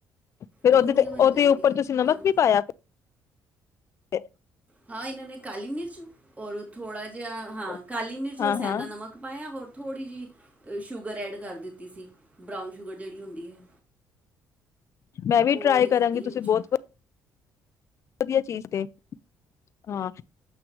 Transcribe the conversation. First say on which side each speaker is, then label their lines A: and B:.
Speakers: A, on the left; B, on the right.
A: ਫਿਰ
B: ਵਧੀਆ
A: ਉਹਦੇ ਤੇ
B: ਬਣ
A: ਉਹਦੇ
B: ਜਾਂਦੀ
A: ਉੱਪਰ
B: ਹੈ
A: ਤੁਸੀਂ ਨਮਕ
B: ਹਾਂ
A: ਵੀ ਪਾਇਆ ਤੇ
B: ਹਾਂ। ਇਹਨਾਂ ਨੇ ਕਾਲੀ ਮਿਰਚ, ਔਰ ਥੋੜਾ ਜਿਹਾ
A: ਉੱਪਰ
B: ਹਾਂ ਕਾਲੀ ਮਿਰਚ,
A: ਹਾਂ
B: ਰ ਸੈਂਦਾ
A: ਹਾਂ
B: ਨਮਕ, ਪਾਇਆ ਹੋਰ ਥੋੜ੍ਹੀ ਜਿਹੀ ਸ਼ੂਗਰ ਐਡ ਕਰ ਦਿੱਤੀ ਸੀ ਬਰਾਊਨ ਸ਼ੂਗਰ ਜਿਹੜੀ ਹੁੰਦੀ ਹੈ।
A: ਮੈਂ ਵੀ
B: ਉਹ
A: ਟਰਾਈ
B: ਐਡ ਕੀਤੀ
A: ਕਰਾਂਗੀ ਤੁਸੀਂ
B: ਵਿੱਚ
A: ਬਹੁਤ ਵਧੀਆ ਚੀਜ਼ ਤੇ ਹਾਂ